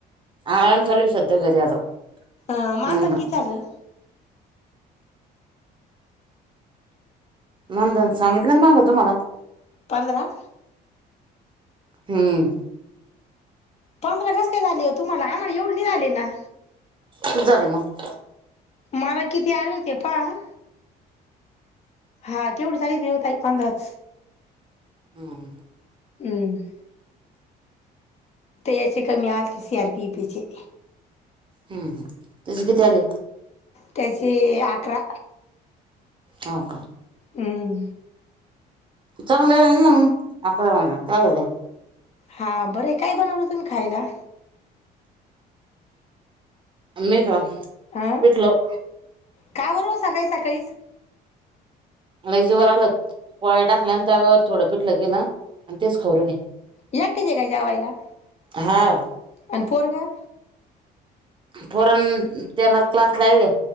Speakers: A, on the right; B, on the left.
A: आराम चालू आहं सध्या घरी आता.
B: ह्म मान
A: हम्म
B: भगी
A: हा
B: झाल का?
A: मानधन सांगितलं माग तुम्हाला.
B: पंधरा.
A: हम.
B: पंधरा कसं काय झाले हो तुम्हाला? आम्हाला एवढे नाही झाले ना.
A: किती झालं मग?
B: मला किती आले होते पाहा. हा तेवढेचं आलेओ ताई पंधराच.
A: हम.
B: हम्म. तर याची कमी आलती सी आर पी पी चे.
A: हम्म हम तुझी कितीे आले?
B: त्याचे अकरा
A: हो का
B: हमं
A: चांगले आहं ना म <inaudible> काय करते.
B: हां बरंय, काय बनवलं तुम्ही खायला?
A: मी का,
B: हा
A: पिटलं
B: का बर सकाळी, सकाळीच.
A: लईचं <unintelligible> पोळ्या टाकल्या आणि त्या वर थोडं पिटलं केलं आणि तेच खाऊ राहिले.
B: एकटाच आहे का जेवायला
A: हा
B: आणि पोरगं?
A: पोरण त्याला क्लासला हाय व्हयं,